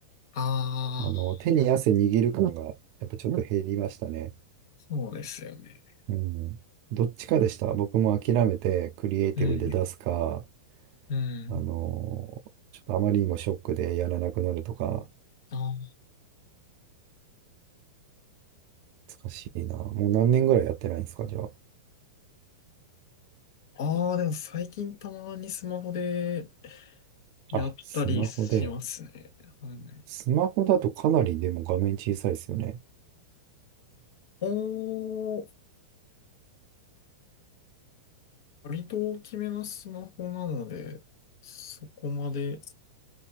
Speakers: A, on the left (about 60°); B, on the right (about 50°).
A: ああ、
B: あの、手に汗握る感がやっぱちょっと減りましたね。
A: そうですよね。
B: うん。どっちかでした。僕も諦めてクリエイティブで出すか、
A: うん。うん。
B: あのーちょっとあまりにもショックでやらなくなるとか、
A: あー
B: 難しいな。もう何年ぐらいやってないんですか、じゃあ。
A: あー、でも最近たまにスマホで、やったりしますね。
B: あ、スマホで。
A: はいね。
B: スマホだとかなりでも画面小さいですよね。
A: おー、割と大きめなスマホなので、そこまで